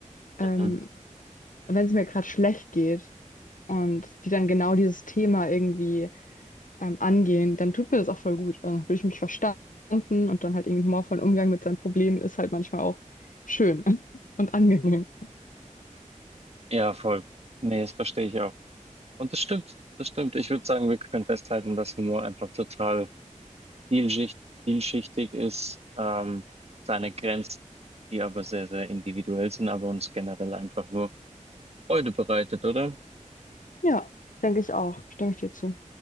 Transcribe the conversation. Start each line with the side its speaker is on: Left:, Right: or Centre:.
Left: ähm,
Right: Mhm.
Left: wenn es mir gerade schlecht geht und die dann genau dieses Thema irgendwie ähm, angehen, dann tut mir das auch voll gut. Dann fühle ich mich verstanden und dann halt irgendwie einen humorvollen Umgang mit seinen Problemen ist halt manchmal auch schön <laughs> und angenehm.
Right: Ja, voll. Nee, das verstehe ich auch. Und das stimmt, das stimmt. Ich würde sagen, wir können festhalten, dass Humor einfach total vielschicht, vielschichtig ist, ähm, seine Grenzen, die aber sehr, sehr individuell sind, aber uns generell einfach nur Freude bereitet, oder?
Left: Ja, denke ich auch. Stimme ich dir zu.